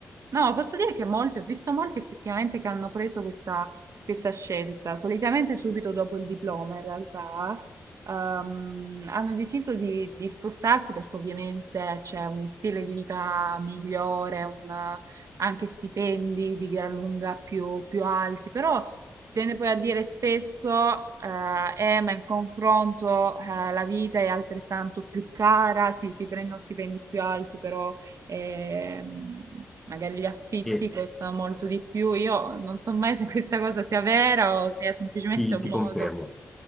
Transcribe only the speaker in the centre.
E
ti
ti
confermo.